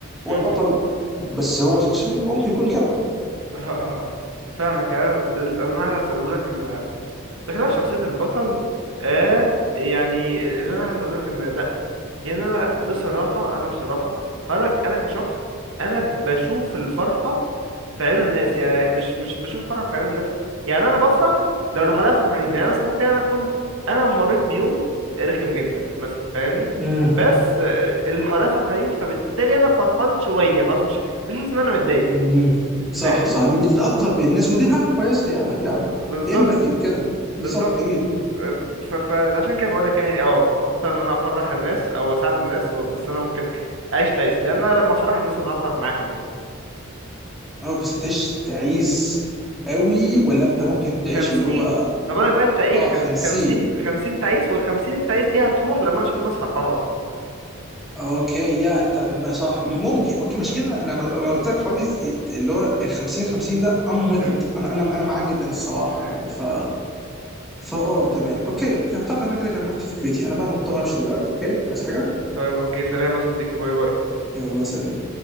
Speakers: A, in the centre; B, on the right.
A: هو
B: م-
A: البطل
B: م.
A: بس هو شخص شرير ممكن يكون كده
B: ه- ه- فاهمك انا ده اللي انا هسأله لك ان بخلاف شخصية البطل آه يعني اللي أنا عايز أقولك إن لأ يعني أنا بصراحة أنا بصراحة هقولك أنا كشخص أنا بشوف الفرحة في عيون الناس يعني مش مش بشوف الفرحة في عيون الناس يعني أنا بفرح لو اللي حواليا فرحانين يعني مثلا ممكن أنا أكون أنا مريت بيوم رخم جدا مثلا فاهمني
A: مم.
B: بس آه، اللي حواليا فرحانين فبالتالي أنا فرحان شوية خلاص مش مش حاسس إن أنا متضايق
A: مم. صح
B: فاهمني
A: صح بتتأثر بالناس ودي حاجة كويسة يا يا
B: بالظبط
A: امباثي وكده بالظبط
B: بالظبط
A: جميل
B: ف- فعشان كده بقولك يعني اه هختار ان انا افرح الناس او اساعد الناس و- بس انا ممكن اعيش تعيس لان انا لما افرح الناس انا هفرح معاهم يعني
A: اه بس هتعيش تعيس قوي ولا انت ممكن تعيش
B: خمسين
A: اللي هو
B: ما بالك بقى انت ايه
A: اه
B: خم...
A: 50
B: خمسين خمسين تعيس والخمسين التعيس دي هتروح لما انا اشوف الناس فرحانة اصلا
A: اوكي يا انت ما صح ممكن اوكي مش كده انا ما ما قلت لك حوار اللي هو 50 50 ده ام
B: <laughs>
A: وذ ات انا انا انا معاه جدا الصراحة يعني ف فا اه تمام اوكي اوكي اعتقد ان انا كده جمعت فكرتي انا بقى مضطر امشي دلوقتي اوكي عايز حاجة
B: طيب اوكي سلام يا صديقي باي باي
A: يلا سلام